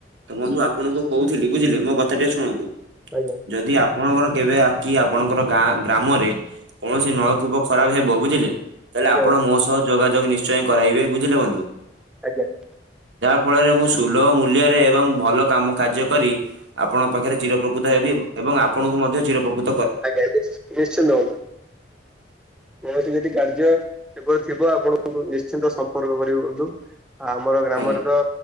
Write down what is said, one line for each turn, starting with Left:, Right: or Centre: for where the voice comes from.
Right: ବନ୍ଧୁ ଆପଣଙ୍କୁ କହୁଥିଲି ବୁଝିଲେ, ମୋ କଥା ଟିକେ ଶୁଣନ୍ତୁ।
Centre: ଆଜ୍ଞା।
Right: ଯଦି ଆପଣଙ୍କର କେବେ, କି ଆପଣଙ୍କର ଗାଁ ଗ୍ରାମରେ କୌଣସି ନଳକୂପ ଖରାପ ହେବ ବୁଝିଲେ, ତାହେଲେ
Centre: ଆଜ୍ଞା
Right: ଆପଣ
Centre: ବନ୍ଧୁ
Right: ମୋ ସହ ଯୋଗାଯୋଗ ନିଶ୍ଚୟ କରାଇବେ। ବୁଝିଲେ ବନ୍ଧୁ।
Centre: ଆଜ୍ଞା।
Right: ଯହା ଫଳରେ ମୁଁ ସୁଲଭ ମୂଲ୍ୟରେ ଏବଂ ଭଲ କାମ କାର୍ଯ୍ୟ କରି, ଆପଣଙ୍କ ପାଖରେ ଚିର ପ୍ରକୃତ ହେବି। ଏବଂ ଆପଣଙ୍କୁ ମଧ୍ୟ ଚିରପ୍ରକୃତ
Centre: <unintelligible> କୌଣସି ଯଦି କାର୍ଯ୍ୟ ସେପରି ଥିବ, ଆପଣଙ୍କୁ ନିଶ୍ଚିନ୍ତ ସମ୍ପର୍କ କରିବେ ବନ୍ଧୁ। ଆ ଆମର ଗ୍ରାମରେ
Right: ଆଜ୍ଞା।
Centre: ତ